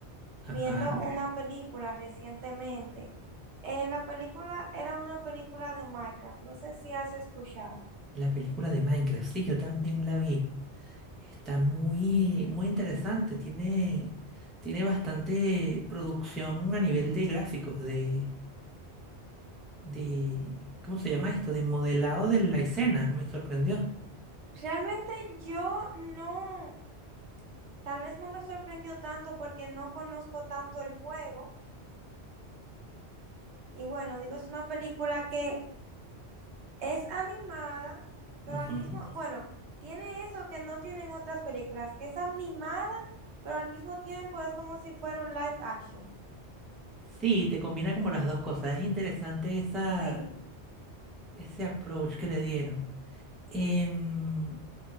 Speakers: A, in the centre; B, on the right (about 80°).
A: Ajá,
B: viendo una película recientemente. Eh, la película era una película de Minecraft, no sé si has escuchado.
A: la película de Minecraft, sí, yo también la vi. Está muy, muy interesante, tiene, tiene bastante producción a nivel de gráficos, de, de, ¿cómo se llama esto? De modelado de la escena, me sorprendió.
B: Realmente yo no, tal vez no me sorprendió tanto porque no conozco tanto el juego. Y bueno, digo, es una película que Es animada, pero
A: Ujú.
B: al mismo, bueno, tiene eso que no tienen otras películas, que es animada, pero al mismo tiempo es como si fuera un live action.
A: Sí, te combina como las dos cosas, es interesante esa,
B: Sí,
A: ese approach que le dieron. Em,